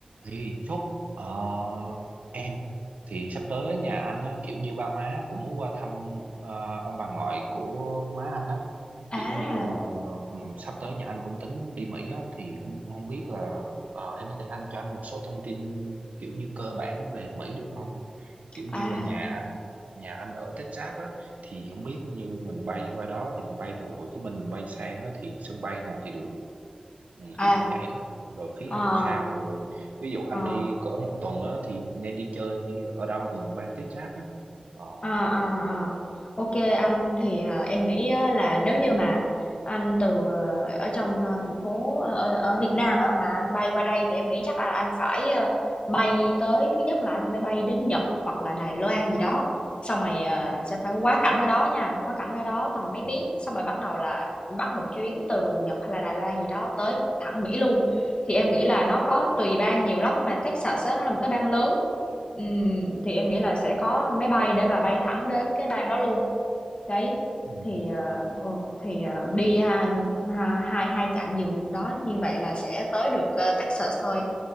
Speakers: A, on the right; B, on the left.
A: thì chốt ờ, em thì sắp tới nhà anh á, kiểu như ba má cũng muốn qua thăm ờ, ông bà ngoại của má anh á
B: À,
A: kiểu như là ừ, sắp tới nhà anh cũng tính đi Mỹ á thì không không biết là ờ, em có thể anh cho anh một số thông tin kiểu như cơ bản về Mỹ được không kiểu như
B: à,
A: là nhà anh nhà anh ở Texas á thì không biết như mình bay qua đó thì mình bay từ Hồ Chí Minh mình bay sang á thì sân bay nào thì được Ừ, kiểu
B: à,
A: như vậy đó rồi khí
B: ờ,
A: hậu sao rồi ví dụ anh
B: ờ.
A: đi cỡ một tuần á thì nên đi chơi ở đâu gần bang tiếp giáp á ờ
B: À, à, à. Ok anh thì ờ, em nghĩ á, là nếu như mà anh từ ờ, ở trong ờ, thành phố ờ, ở, ở Việt Nam á, mà anh bay qua đây thì em nghĩ chắc là anh phải ờ, bay tới thứ nhất là anh phải bay đến Nhật hoặc là Đài Loan gì đó xong rồi ờ,
A: ừ
B: sẽ phải quá cảnh ở đó nha quá cảnh ở đó tầm mấy
A: ừ
B: tiếng xong rồi bắt đầu là bắt một chuyến từ Nhật hay là Đài Loan gì đó tới thẳng Mỹ luôn thì em nghĩ là nó có tùy bang nhiều lắm mà Texas á, nó là một cái bang lớn Ừm, thì em nghĩ là sẽ có máy bay để mà bay thẳng đến cái bang đó luôn. Đấy.
A: ừ
B: Thì ờ, ồ, thì ờ, đi ha, ha, hai hai chặng dừng đó như vậy là sẽ tới được ờ, Texas thôi.